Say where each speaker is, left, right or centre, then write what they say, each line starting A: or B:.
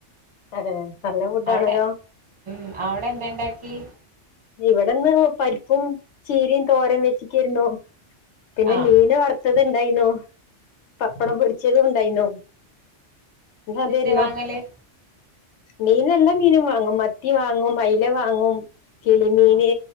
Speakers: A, on the left; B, on the right.
A: അതെയോ നല്ല ഫുഡാണല്ലോ
B: അവിടെ ഉം അവിടെ എന്താ ഇണ്ടാക്കി
A: ഇവിടെന്ന് പരിപ്പും ചീരയും തോരൻ വെച്ചീക്കാരുന്നു പിന്നെ
B: ആഹ്
A: മീന് വറ്ത്ത അത്ണ്ടായിന്നോ പപ്പടം പൊരിച്ചതും ഉണ്ടായിന്നോ ഇന്ന്
B: മീൻ
A: അതെരുന്നു
B: എന്തേ വാങ്ങല്
A: മീനെല്ലാം മീനും വാങ്ങും മത്തി വാങ്ങും അയില വാങ്ങും കിളിമീന്
B: ആഹ്